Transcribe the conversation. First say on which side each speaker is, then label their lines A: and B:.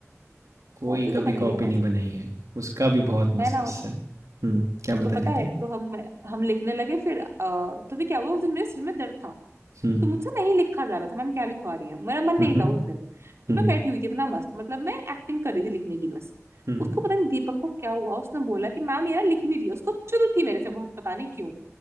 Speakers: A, on the right; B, on the right.
A: कोई
B: कॉपी
A: कभी
B: तो बनाई
A: कॉपी
B: है
A: नहीं
B: मैंने
A: बनाई है। उसका भी बहुत मस्त
B: है ना
A: किस्सा है। हुँ, क्या बता
B: तो पता
A: रही
B: है
A: थी?
B: तो हम हम लिखने लगे फिर अ, तो भी क्या हुआ उस दिन मेरे सिर में दर्द था
A: हुँ,
B: तो मुझसे नहीं लिखा जा रहा था मैम क्या लिखवा रही है मेरा मन नहीं
A: हुँ, हुँ,
B: था उस दिन तो
A: हुँ।
B: मैं बैठी हुई थी अपना मस्त मतलब मैं एक्टिंग कर रही थी लिखने की बस
A: हुँ।
B: उसको पता नहीं दीपक को क्या हुआ उसने बोला कि मैम ये ना लिख नहीं रही है उसको चुल थी मेरे से बहुत पता नहीं क्यों